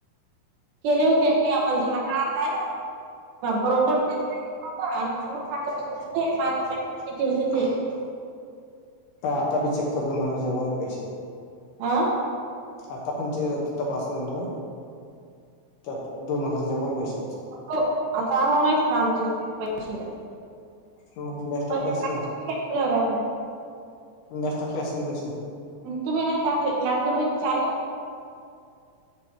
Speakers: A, on the right; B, on the left.
A: केलेेव ते आम्हाला ् ध्यान राहताय ना बरोबर ते. नव्हतं. आणि
B: बरोबर
A: माझं
B: <unintelligible>
A: लक्षात होतं, हे माझे पैसे किती होते ते
B: आता बी चेक करतो. म्हणा जेवरच पैसे.
A: हा
B: आ तपणचे तपास म्हणलो. त्यात दोन हजाराच्या वर पैसे येत.
A: हो आता आम्हाला माहित आमचे किती पैसे होते.
B: हो गॅस टाकी
A: पहिले
B: असेल
A: टाकत
B: ना
A: ठेवले होता तुम्ही
B: गॅस टाकी आहे त्याची.
A: तुम्ही नाही लाडक्या पैसे चाले.